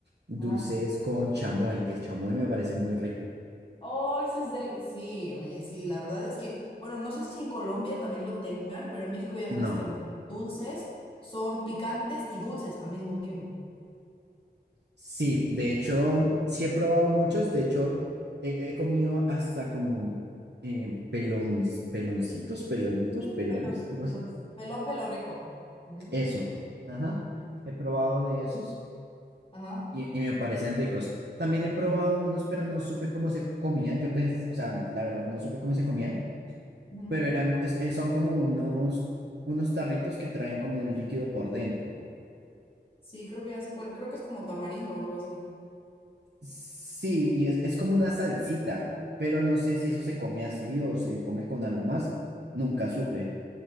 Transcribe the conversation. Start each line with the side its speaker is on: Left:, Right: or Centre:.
Right: dulces
Left: Ah,
Right: con chamoy. El chamoy me parece muy rico.
Left: oh, ese es del... Sí, oye, sí, la verdad es que, bueno, no sé si en Colombia también lo tengan, pero en México ya
Right: No.
Left: sabes que los dulces son picantes y dulces al mismo tiempo.
Right: Sí, de hecho, sí he probado muchos. De hecho, he, he comido hasta como eh, pelon- peloncitos, pelonitos,
Left: Sí,
Right: pelones,
Left: pelón,
Right: algo
Left: pelón,
Right: así.
Left: pelón, pelo rico. Ujú,
Right: Eso. Ajá. He probado de esos
Left: Ajá.
Right: y, y me parecen ricos. También he probado unos, pero no supe cómo se comían. Yo pensé, o sea, la verdad, no supe cómo se comían,
Left: ujú.
Right: pero eran, es- es- son como unos, unos tarritos que traen como un líquido por dentro.
Left: Sí, creo que ya sé cuál, creo que es como tamarindo o algo así.
Right: Sí, y es, es como una salsita, pero no sé si eso se come así o se come con algo más. Nunca supe.